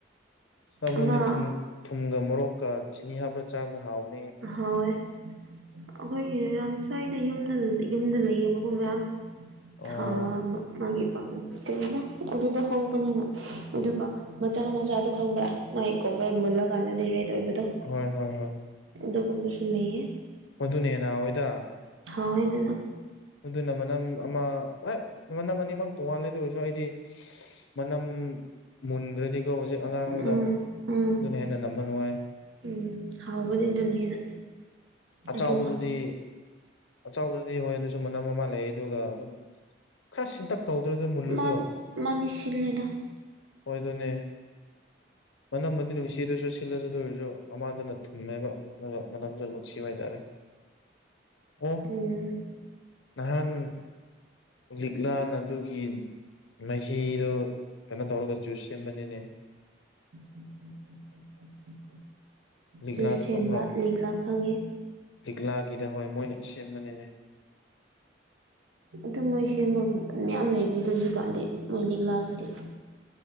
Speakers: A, on the left; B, on the right.
A: ꯁꯕꯣꯟꯗꯤ
B: ꯑꯃ
A: ꯊ ꯊꯨꯝꯒ ꯃꯣꯔꯣꯛꯀ ꯆꯤꯅꯤ ꯍꯥꯞꯄ꯭ꯔꯥ ꯆꯥꯕ꯭ꯔ ꯍꯥꯎꯕꯅꯤ
B: ꯍꯣꯏ ꯑꯩꯈꯣꯏꯒꯤ ꯌꯥꯝ ꯁ꯭ꯋꯥꯏꯗ ꯌꯨꯝꯗ ꯌꯨꯝꯗ ꯂꯩꯌꯦꯕꯒꯨꯝ ꯃꯌꯥꯝ
A: ꯑꯣ
B: ꯊꯥ ꯃꯥꯒꯤ ꯝ ꯀꯩꯒꯤꯅꯣ ꯑꯗꯨꯗ ꯍꯧꯕꯅꯤꯅ ꯑꯗꯨꯒ ꯃꯆꯥ ꯃꯆꯥꯗꯣ ꯈꯪꯕ꯭ꯔꯥ ꯃꯥꯏꯀꯣ ꯑꯩꯣꯏ ꯃꯨꯜꯂꯀꯥꯟꯗꯗꯤ ꯔꯦꯠ ꯑꯣꯏꯕꯗꯣ
A: ꯍꯣꯏ ꯍꯣꯏ
B: ꯑꯗꯨꯒꯨꯝꯕꯁꯨ ꯂꯩꯌꯦ
A: ꯃꯗꯨꯅꯦ ꯅꯋꯥꯏꯗ
B: ꯊꯑꯣꯏꯗꯨꯅ
A: ꯑꯗꯨꯅ ꯃꯅꯝ ꯑꯃ ꯃꯅꯝ ꯑꯅꯤꯃꯛ ꯇꯣꯉꯥꯟꯂꯗ ꯑꯣꯏꯔꯁꯨ ꯑꯩꯗꯤ ꯃꯅꯝ ꯃꯟꯗꯤ ꯑꯗꯨꯒ ꯍꯧꯖꯤꯛ ꯑꯉꯥꯡꯕꯗꯣ
B: ꯎꯝ ꯎꯝ
A: ꯑꯗꯨꯅ ꯍꯦꯟꯅ ꯅꯝꯕ ꯅꯨꯡꯉꯥꯏ
B: ꯎꯝ ꯍꯥꯎꯕꯅꯦ ꯑꯗꯨꯅ ꯍꯦꯟꯅ
A: ꯑꯆꯕꯗꯨꯗꯤ
B: ꯑꯗꯨ
A: ꯑꯆꯥꯎꯕꯗꯨ ꯑꯗꯨ ꯍꯣꯏ ꯑꯗꯨꯁꯨ ꯃꯅꯝ ꯑꯃ ꯂꯩ ꯑꯗꯨꯒ ꯑꯗꯨꯝ ꯈꯔ ꯁꯤꯟꯇꯛ ꯇꯧꯗ꯭ꯔꯗꯤ ꯃꯨꯜꯂꯨꯁꯨ
B: ꯃꯥ ꯃꯥꯗꯤ ꯁꯤꯜꯂꯦꯗ
A: ꯑꯣꯏ ꯑꯗꯨꯣꯏꯅꯦ ꯃꯅꯝꯃꯗꯤ ꯅꯨꯡꯁꯤꯗꯣꯏꯔꯁꯨ ꯁꯤꯜꯂꯁꯨ ꯑꯗꯨ ꯑꯣꯏꯔꯁꯨ ꯑꯃꯥꯡꯗꯨꯅ ꯊꯨꯝꯃꯦꯕ ꯑꯗꯨꯒ ꯃꯅꯝꯁꯨ ꯁꯤꯋꯥꯥꯏ ꯇꯔꯦ ꯑꯣ
B: ꯎꯝ
A: ꯅꯍꯥꯟ ꯂꯤꯛꯂꯥꯟ ꯑꯗꯨꯒꯤ ꯃꯍꯤꯗꯨ ꯀꯩꯅꯣ ꯇꯧꯔꯒ ꯖꯨꯁ ꯁꯦꯝꯕꯅꯤꯅꯦ
B: ꯎ
A: ꯂꯤꯛꯂꯥꯗꯣ
B: ꯖꯨꯁ ꯁꯦꯝꯕ
A: ꯈꯪꯕ꯭ꯔꯣ
B: ꯂꯤꯛꯂꯥ ꯈꯪꯉꯦ
A: ꯂꯤꯛꯂꯥꯒꯤꯗ ꯍꯣꯏ ꯃꯣꯏꯅ ꯁꯦꯝꯕꯅꯤꯅꯦ
B: ꯑꯗꯨꯝ ꯃꯣꯏ ꯁꯦꯝꯕꯒꯨꯝꯕ ꯃꯌꯥꯝ ꯂꯩꯕꯅꯤ ꯑꯗꯨ ꯍꯧꯖꯤꯛꯀꯥꯟꯗꯤ ꯃꯣꯏ ꯂꯤꯛꯂꯥꯑꯒꯗꯤ